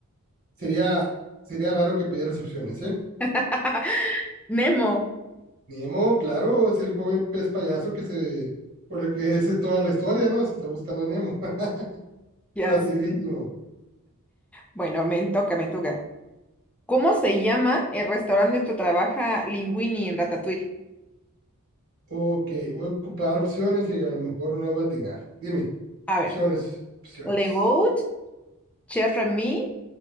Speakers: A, on the right; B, in the centre.
A: Sería, sería raro que pidieras opciones, ¿eh?
B: <laughs> Nemo.
A: Nemo, claro, es el joven pez payaso que se, por el que es toda la historia, ¿no? Se está buscando a Nemo. <laughs>
B: Ya
A: Facilísimo.
B: sé. Bueno, me toca, me toca. ¿Cómo se llama el restaurante donde trabaja Linguini en Ratatouille?
A: Ok, voy a ocupar opciones y a lo mejor no la voy a atinar. Dime.
B: A ver,
A: Opciones, opciones.
B: Le Goat, Chef Remy,